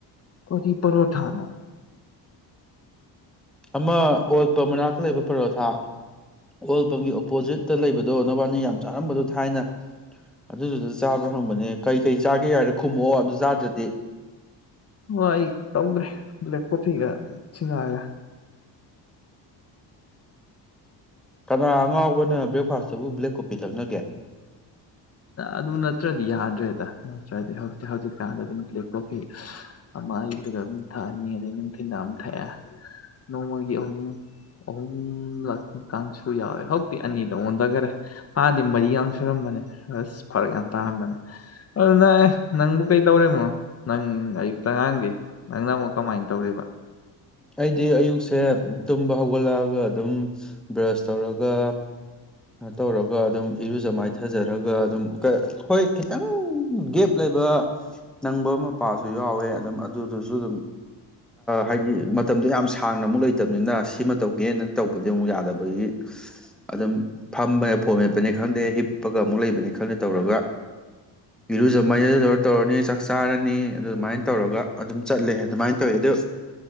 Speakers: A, on the left; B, in the centre.
A: ꯀꯔꯤ ꯄꯔꯣꯊꯥꯅ
B: ꯑꯃ ꯑꯣꯜꯄꯝ ꯃꯅꯥꯛꯇ ꯂꯩꯕ ꯄꯔꯣꯊꯥ ꯑꯣꯜꯄꯝꯒꯤ ꯑꯣꯄꯣꯖꯤꯠꯇ ꯂꯩꯕꯗꯣ ꯅꯕꯥꯅꯤ ꯌꯥꯝ ꯆꯥꯔꯝꯕꯗꯣ ꯊꯥꯏꯅ ꯑꯗꯨꯗꯨꯗ ꯆꯥꯕ꯭ꯔꯥ ꯍꯪꯕꯅꯦ ꯀꯩ ꯀꯩ ꯆꯥꯒꯦ ꯍꯥꯏꯔꯦ ꯈꯨꯝꯃꯛꯑꯣ ꯑꯗꯨ ꯆꯥꯗ꯭ꯔꯗꯤ
A: ꯋꯥ ꯑꯩ ꯇꯧꯗ꯭ꯔꯦ ꯂꯦꯞ ꯄꯣꯠꯆꯩꯒ <unintelligible>
B: ꯀꯅꯥ ꯑꯉꯥꯎꯕꯅ ꯕ꯭ꯔꯦꯛꯐꯥꯁꯇꯕꯨ ꯕ꯭ꯂꯦꯛ ꯀꯣꯐꯤ ꯊꯛꯅꯒꯦ
A: ꯑꯗꯨ ꯅꯠꯇ꯭ꯔꯗꯤ ꯌꯥꯗ꯭ꯔꯦꯗ ꯅꯠꯇ꯭ꯔꯗꯤ ꯍꯧꯖꯤꯛ ꯍꯧꯖꯤꯛꯀꯥꯟꯗ ꯑꯗꯨꯝ ꯕ꯭ꯂꯦꯛ ꯀꯣꯐꯤ ꯑꯃꯕꯗ ꯑꯗꯨꯝ ꯊꯛꯑꯅꯤ ꯑꯗꯩ ꯅꯨꯡꯊꯤꯜꯗ ꯑꯃꯝ ꯊꯛꯑꯦ ꯅꯣꯡꯃꯒꯤ ꯑꯍꯨꯝ ꯑꯍꯨꯝ ꯂꯛ ꯇꯤ ꯀꯥꯡꯁꯨ ꯌꯥꯎꯋꯦ ꯍꯧꯖꯤꯛꯇꯤ ꯑꯅꯤꯗ ꯑꯣꯟꯊꯈꯔꯦ ꯍꯥꯟꯗꯤ ꯃꯔꯤꯌ ꯁꯨꯔꯝꯕꯅꯦ ꯍꯁ ꯐꯔꯛ ꯌꯥꯝ ꯇꯥꯝꯕꯅꯦ ꯑꯗꯨꯅ ꯑꯦ ꯅꯪꯕꯨ ꯀꯩ ꯇꯧꯔꯤꯃꯣ ꯅꯪ ꯑꯌꯨꯛꯇ ꯑꯥꯡꯗꯤ ꯅꯪꯅ ꯑꯃꯨꯛ ꯀꯃꯥꯏꯅ ꯇꯧꯔꯤꯕ
B: ꯑꯩꯗꯤ ꯑꯌꯨꯛꯁꯦ ꯇꯨꯝꯕ ꯍꯧꯒꯠꯂꯛꯑꯒ ꯑꯗꯨꯝ ꯕ꯭ꯔꯁ ꯇꯧꯔꯒ ꯇꯧꯔꯒ ꯑꯗꯨꯝ ꯏꯔꯨꯖ ꯃꯥꯏꯊꯖꯔꯒ ꯑꯗꯨꯝ ꯍꯣꯏ ꯈꯤꯇꯪ ꯒꯦꯞ ꯂꯩꯕ ꯅꯪꯕ ꯃꯄꯥꯁꯨ ꯌꯥꯎꯋꯦ ꯑꯗꯨꯝ ꯑꯗꯨꯗꯨꯁꯨ ꯑꯗꯨꯝ ꯍꯥꯏꯗꯤ ꯃꯇꯝꯗꯨꯗꯣ ꯌꯥꯝ ꯁꯥꯡꯅ ꯑꯃꯨꯛ ꯂꯩꯇꯕꯅꯤꯅ ꯁꯤꯃ ꯇꯧꯒꯦꯅꯅ ꯇꯧꯕꯗꯤ ꯑꯃꯨꯛ ꯌꯥꯗꯕꯒꯤ ꯑꯗꯨꯝ ꯐꯝꯕꯅꯦ ꯐꯣꯝ ꯃꯦꯠꯄꯅꯦ ꯈꯪꯗꯦ ꯍꯤꯞꯄꯒ ꯑꯃꯨꯛ ꯂꯩꯕꯅꯤ ꯈꯪꯗꯦ ꯇꯧꯔꯒ ꯏꯔꯨꯖ ꯃꯥꯏꯖꯗꯧꯔ ꯇꯧꯔꯅꯤ ꯆꯥꯛ ꯆꯥꯔꯅꯤ ꯑꯗꯨꯃꯥꯏꯅ ꯇꯧꯔꯒ ꯑꯗꯨꯝ ꯆꯠꯂꯦ ꯑꯗꯨꯃꯥꯏꯅ ꯇꯧꯋꯦ ꯑꯗꯨ